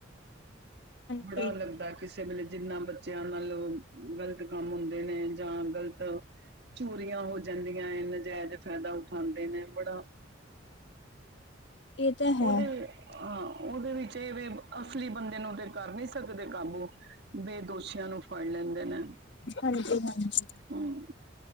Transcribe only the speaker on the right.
ਬੜਾ ਲੱਗਦੈ। ਕਿਸੇ ਵੇਲੇ ਜਿੰਨਾ ਬੱਚਿਆਂ ਨਾਲ ਗਲਤ ਕੰਮ ਹੁੰਦੇ ਨੇ ਜਾਂ ਗਲਤ ਚੋਰੀਆਂ ਹੋ ਜਾਂਦੀਆਂ ਏ, ਨਜਾਇਜ਼ ਫੈਦਾ ਉਠਾਂਦੇ ਨੇ ਬੜਾ
ਓਦੇ ਵੇ ਹਾਂ ਓਦੇ ਵਿੱਚ ਏ ਵੇ ਅਸਲੀ ਬੰਦੇ ਨੂੰ ਤੇ ਕਰ ਨੀ ਸਕਦੇ ਕਾਬੂ ਬੇਦੋਸ਼ੀਆਂ ਨੂੰ ਫੜ ਲੈਂਦੇ ਨੇ
ਹਮ,